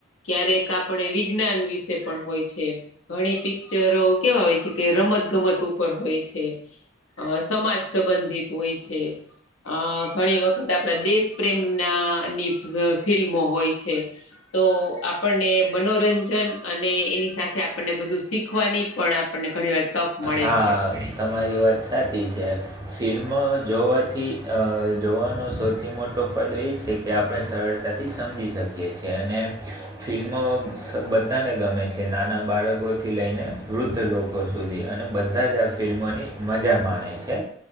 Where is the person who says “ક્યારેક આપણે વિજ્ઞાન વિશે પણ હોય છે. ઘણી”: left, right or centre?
Left